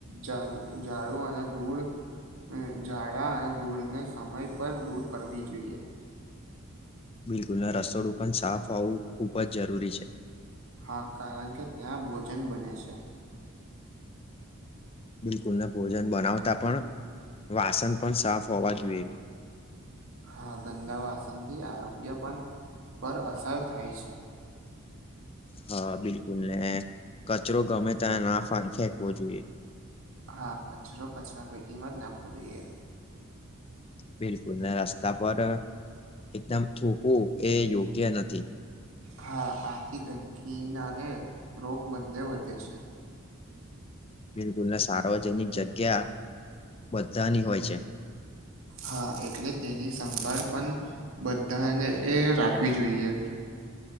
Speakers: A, on the right; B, on the left.
A: ઝા ઝાડુ અને દૂળ જાળા અને ધુળને સમય પર દૂર કરવી જોઈએ
B: બિલકુલ ને રસોડું પણ સાફ હોવું ખુબ જ જરૂરી છે.
A: હા કારણ કે ત્યાં ભોજન બને છે.
B: બિલકુલ ને ભોજન બનાવતા પણ વાસન પણ સાફ હોવા જોએ
A: હા ગંદા વાસનથી આરોગ્ય પણ પર અસર થાય છે.
B: હા બિલકુલ ને કચરો ગમે તા ના ફા ફેંકવો જોએ
A: હા કચરો કચરા પેટીમાં જ નાખવો જોઈએ
B: બિલકુલ ને રસ્તા પર એકદમ થૂકું એ યોગ્ય નથી
A: હા આથી ગંદકીનાને રોગ બંને વધે છે.
B: બિલકુલ ને સાર્વજનિક જગ્યા બધાની હોય છે.
A: હા એટલે તેની સાંભળ પણ બધાને એ રાખવી જોઈએ